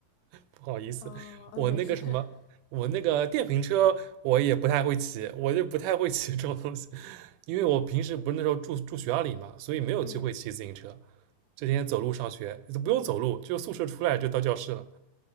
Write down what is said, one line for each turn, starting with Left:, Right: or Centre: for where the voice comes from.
Right: <laughs> 不好意思，
Left: 哦，嗯，
Right: 我那个什么，
Left: 没事。<laughs>
Right: 我那个电瓶车我也不太会骑，我就不太会骑这种东西，因为我平时不是那时候住住学校里嘛，所以没有机会骑自行车，
Left: 嗯，
Right: 这天走路上学，都不用走路，就宿舍出来就到教室了。